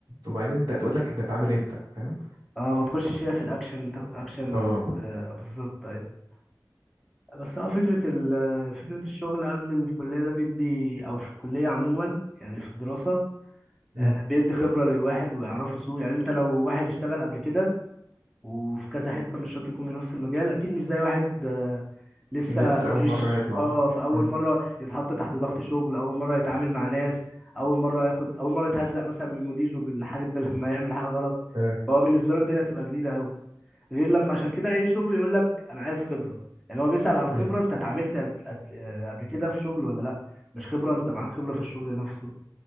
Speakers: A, on the right (about 60°); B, in the centre.
A: وبعدين ده تقول لك ده اتعمل انت فاهم
B: اه ما تخشش فيها في الأكشن تاخد أكشن
A: اه
B: و... آه، بالظبط أيوة بس هو فكرة ال... فكرة الشغل قبل الكلية ده بيدي أو في الكلية عموما يعني في الدراسة
A: مم.
B: آه، بيدي خبرة للواحد ويعرفه سوق يعني انت لو واحد اشتغل قبل كده وفي كذا حتة مش شرط يكون في نفس المجال اكيد مش زي واحد آه، لسه
A: لسه
B: فريش
A: اول مره يطلع
B: اه فاول
A: مم.
B: مرة يتحط تحت ضغط شغل اول مرة يتعامل مع ناس اول مرة ياخد اول مرة يتهزق مثلا من مديره من الحاجات ده <laughs> لما يعمل حاجة غلط
A: اه.
B: فهو بالنسبة له الدنيا تبقى جديدة قوي غير لما عشان كده اي شغل يقول لك انا عايز خبرة يعني هو بيسأل على الخبرة
A: مم.
B: انت اتعاملت قبل قبل- آه، قبل كده في شغل ولا لا مش خبرة انت معاك خبرة في الشغل نفسه